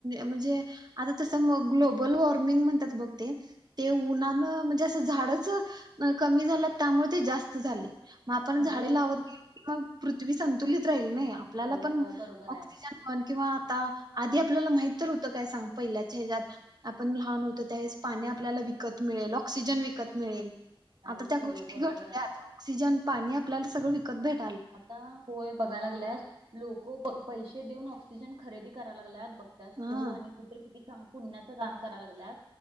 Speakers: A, on the right; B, on the right.
A: म्हणजे आता तसं मग, ग्लोबल वॉर्मिंग म्हणतात बघं ते ते उन्हानं म्हणजे असं, झाडचं कमी झाल्यात त्यामुळे ते जास्त झालंय. मग आपण झाडे
B: अगं
A: लावत नाही, मग पृथ्वी संतुलित राहील नई आपल्याला
B: होय
A: पण
B: ग बरोबर आहे
A: ऑक्सिजन पण किंवा आता, आधी आपल्याला माहीत तर होतं काय सांग पहिल्याच्या ह्याच्यात आपण लहान होतो त्यावेळेस पाणी आपल्याला विकत मिळेल, ऑक्सिजन विकत मिळेल.
B: नाहीच
A: आता त्या
B: की
A: गोष्टी
B: ग बरोबर
A: घडल्यात,
B: आहे
A: ऑक्सिजन पाणी आपल्याला सगळं विकत भेट
B: आता वय बघाय लागल्यात. लोक प-पैसे देऊन ऑक्सिजन खरेदी करायला लागल्यात बघत्यास
A: हा
B: तू आणि तर किती, चांग पुण्याचं काम कराय लागल्यात,